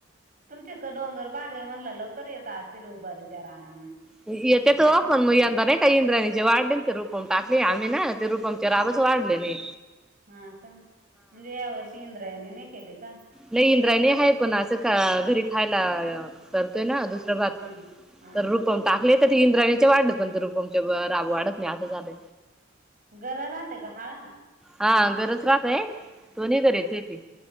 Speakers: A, on the right; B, in the centre.
A: तुमचेकड डोंगर बाग आहे म्हणला लवकर येत असतील उभारीच्या रानांना
B: येत्यात हो पण मग यंदा नाही का इंद्राणी जे वाढ ते रूपून टाकले आम्ही ना ते रुपंचरबच वाढले हे
A: हा का म्हणजे या वर्षी इंद्रायानी नाही केली का?
B: नाही इंद्रायणी आहे पण असं घरी खायला कर दुसरं भात
A: हम्म हा
B: तर रूपम टाकले तर ते इंद्रायणीचे वाढत पण ते रूपमच्या राब वाढत नाही असं झालं
A: गरा राहते का हाळा
B: हा गरज रातेय दो्ही करायच आहेथे